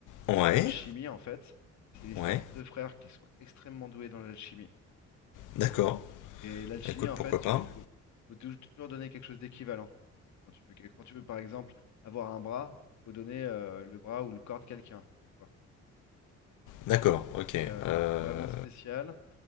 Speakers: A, on the left; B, on the left.
A: Ouais,
B: C'est sur l'alchimie, en fait. Et c'est l'histoire
A: ouais,
B: de deux frères qui sont extrêmement doués dans l'alchimie.
A: d'accord.
B: Et l'alchimie,
A: Écoute,
B: en
A: pourquoi
B: fait, tu-
A: pas?
B: il faut, il faut tou- toujours donner quelque chose d'équivalent. Quand tu veux, que- quand tu veux, par exemple, avoir un bras, il faut donner euh, le bras ou le corps de quelqu'un. tu vois.
A: D'accord, ok.
B: C'est euh,
A: euh,
B: c'est vraiment spécial.